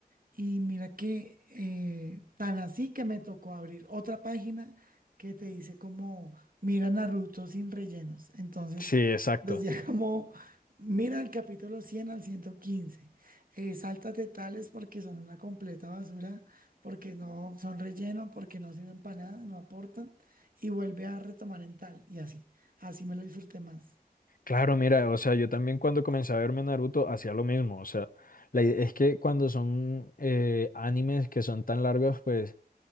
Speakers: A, on the right; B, on the left.
A: Y mira que eh, tan así que me tocó abrir otra página que te dice como mira Naruto sin rellenos. Entonces
B: sí, exacto.
A: decía <laughs> como mira el capítulo 100 al 115. Eh, sáltate tales porque son una completa basura, porque no son relleno, porque no sirven para nada, no aportan. Y vuelve a retomar en tal. Y así, así me lo disfruté más.
B: Claro, mira, o sea, yo también cuando comencé a verme Naruto hacía lo mismo, o sea, la, ide- es que cuando son eh, animes que son tan largos, pues